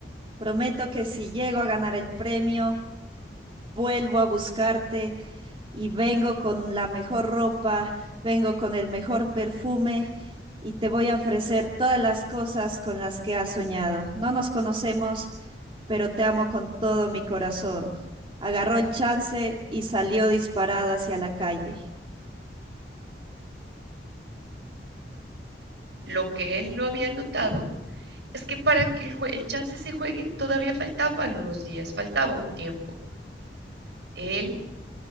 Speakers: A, on the right; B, on the right.
A: prometo que si llego a ganar el premio, vuelvo a buscarte y vengo con la mejor ropa, vengo con el mejor perfume y te voy a ofrecer todas las cosas con las que has soñado. No nos conocemos, pero te amo con todo mi corazón. Agarró el chance y salió disparado hacia la calle.
B: Lo que él no había notado Es que para que el, jue- el chance se juegue, todavía faltaban unos días, faltaba un tiempo. Él